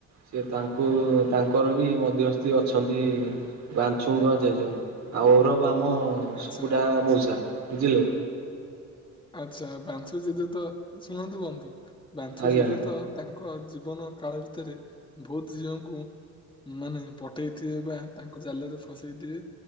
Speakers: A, on the right (about 65°); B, on the left (about 15°).
A: ସେ ତାଙ୍କୁ ତାଙ୍କର ବି ମଧ୍ୟସ୍ଥି ଅଛନ୍ତି ବାଛୁଙ୍ଗ ଜେଜ ଆଉ ଔରବ ଆମ
B: ଆଚ୍ଛା।
A: ସୁକୁଟା ମଉସା ବୁଝିଲୁ।
B: ଆଛା ବାଂଶୁ ଜେଜେ ତ ଶୁଣନ୍ତୁ ବନ୍ଧୁ ବାଞ୍ଚୁ
A: ଆଜ୍ଞା
B: ଜେଜେ ତ ତାଙ୍କ ଜୀବନ କାଳ ଭ ରେ ବହୁତ ଝିଅଙ୍କୁ ମାନେ ପଠେଇଥିବେ ବା ତାଙ୍କ ଜାଲରେ ଫସେଇଥିବେ